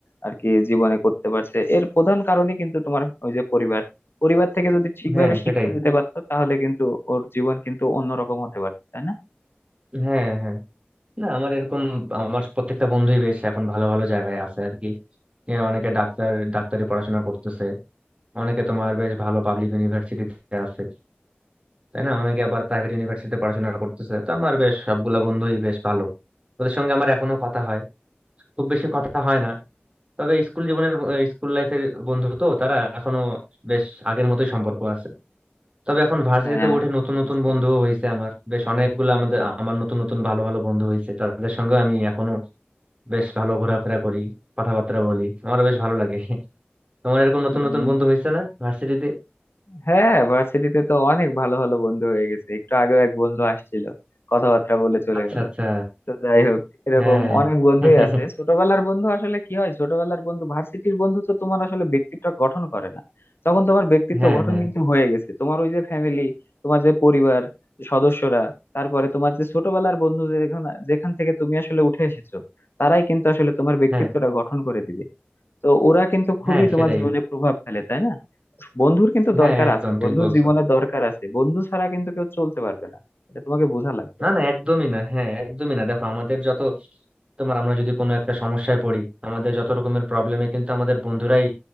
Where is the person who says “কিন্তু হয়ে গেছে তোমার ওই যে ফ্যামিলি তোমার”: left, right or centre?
Left